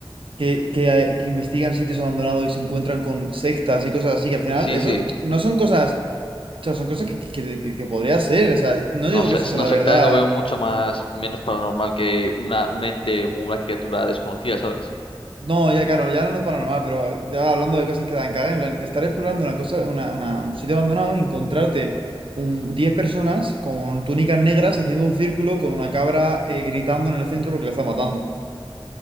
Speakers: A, on the right; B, on the left.
A: que, que, hay- que investigan sitios abandonados y se encuentran con sectas y cosas así, que al final
B: Sí,
A: eso
B: sí.
A: no son cosas... O sea, son cosas que, que, que, que podría ser. O sea, no digo
B: No sé,
A: que eso sea
B: no secta
A: la verdad.
B: lo veo mucho más, menos paranormal que una, un ente o una criatura desconocida, ¿sabes?
A: No, ya claro, ya no es paranormal, pero ya hablando de cosas que dan caga, en plan, estar explorando una cosa, una, una- un sitio abandonado y encontrarte un, 10 personas con túnicas negras haciendo un círculo con una cabra eh, gritando en el centro porque le está matando.